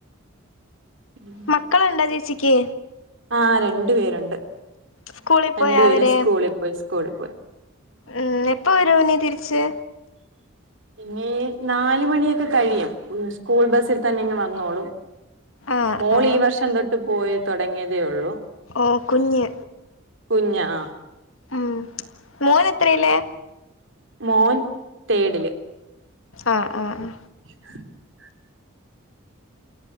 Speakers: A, on the right; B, on the left.
A: ഉം
B: മക്കള്ണ്ട ചേച്ചിക്ക്?
A: ആ രണ്ടു പേരുണ്ട്
B: സ്കൂളിൽ
A: രണ്ടു
B: പോയാ
A: പേരും
B: അവര്
A: സ്കൂളി പോയ് സ്കൂളി പോയ്
B: ഉം എപ്പവരും ഇനീ തിരിച്ച്
A: പിന്നീ നാല് മണിയൊക്കെ കഴിയും സ്കൂൾ ബസ്സിൽ തന്നെ ഇങ് വന്നോളും
B: ആ
A: മോളീ
B: ആ
A: വർഷം തൊട്ട് പോയി തുടങ്ങിയതേ ഒള്ളു
B: ഓ കുഞ്ഞ്
A: കുഞ്ഞ ആഹ്
B: ആഹ് മോനെത്രേലാ
A: മോൻ തേടില്
B: ആഹ് ആഹ് ആഹ്
A: <inaudible>